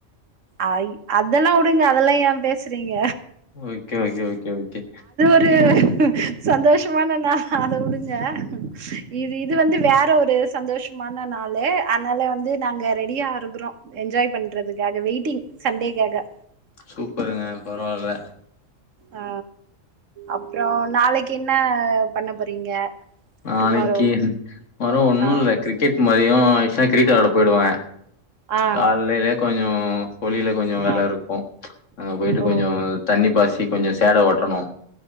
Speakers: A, on the right; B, on the left.
A: அய் அதெல்லா உடுங்க அதெல்லா ஏ பேசுறீங்க
B: ஓகே ஓகே ஓகே ஓகே
A: இது ம் சந்தோஷமான நாள் அத உடுங்க இது இது வந்து வேற ஒரு சந்தோச மான நாள் ல அதனால வந்து நாங்க ரெடியா இருக்கறோம் என்ஜாய் பண்றதுக்காக வெயிட்டிங் சண்டேக்காக
B: சூப்பருங்க பரவால்ல
A: ஆ அப்றோ நாளைக்கு என்ன பண்ண போறீங்க
B: நாளைக்கு
A: டுமாரோ
B: மர ஒண்ணு
A: ஆ
B: இல்ல கிரிக்கெட் மதியோ ஆச்சுனா கிரிக்கெட் விளையாட போய்டுவ
A: ஆ
B: காலைல கொஞ்சோ கொள்ளில கொஞ்சோ வேல
A: ஆ
B: இருக்கு அங்க போய்ட்டு
A: ஓ
B: கொஞ்சோ தண்ணி பாசி கொஞ்சோ சேல ஓட்டணு